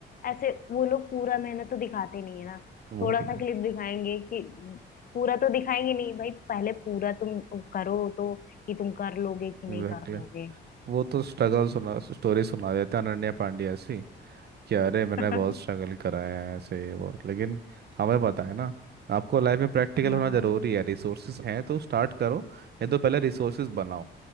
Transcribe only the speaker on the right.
वही
एग्जैक्टली
वो तो स्ट्रगल सुना स्टोरी सुना देते हैं अनन्या पांड्या ऐसी कि अरे मैंने
बहुत स्ट्रगल कराया है ऐसे ये वो लेकिन हमें पता है ना आपको लाइफ में प्रैक्टिकल
होना जरूरी है रिसोर्सेज हैं तो स्टार्ट करो नहीं तो पहले रिसोर्सेज बनाओ